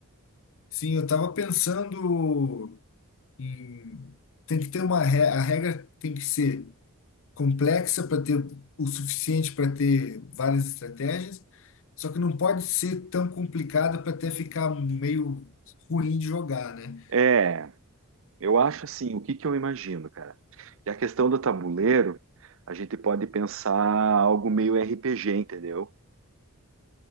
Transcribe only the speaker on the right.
É, eu acho assim, o que que eu imagino, cara? Que a questão do tabuleiro, a gente pode pensar algo meio RPG, entendeu?